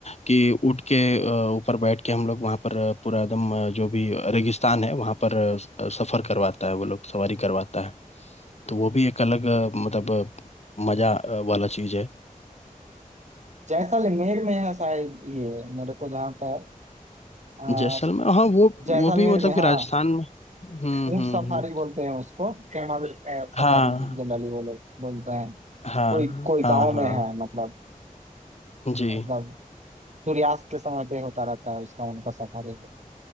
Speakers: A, on the left (about 50°); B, on the right (about 55°).
A: कि उठ के अ, ऊपर बैठ के हम लोग वहाँ पर अ, पूरा एकदम अ, जो भी रेगिस्तान है वहाँ पर अ, स- अ, सफर करवाता है वो लोग सवारी करवाता है तो
B: हाँ।
A: वो भी एक अलग अ, मतलब अ, मजा अ, वाला चीज है
B: जैसलमेर में है शायद ये मेरे को जहाँ तक अ,
A: जैसलमेर हाँ वो
B: जैसलमेर
A: वो भी मतलब
B: में हाँ
A: कि राजस्थान में हम्म
B: ऊंट
A: हम्म
B: सफारी
A: हम्म
B: बोलते हैं उसको कैमल अ, सफारी
A: हाँ
B: जनरली बोले बोलते हैं
A: हाँ
B: कोई कोई
A: हाँ
B: गांव
A: हाँ हाँ।
B: में है मतलब
A: जी
B: मतलब सूर्यास्त के समय पे होता रहता है उसका उनका सफारी